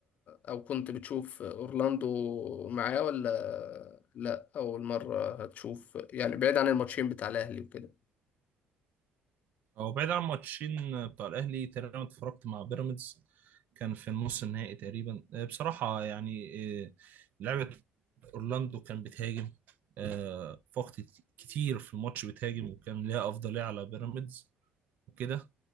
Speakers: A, on the left; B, on the right.
A: او كنت بتشوف اورلاندو معاه ولا لا اول مرة هتشوف يعني بعيد عن الماتشين بتاع الاهلي وكده
B: هو بعيد عن الماتشين بتاع الاهلي تقريبا اتفرجت مع بيراميدز كان في النص النهائي تقريبا آه، بصراحه يعني آه، لعبه اورلاندو كان بتهاجم آه، في وقت كتير في الماتش بتهاجم وكان ليها افضليه على بيراميدز وكده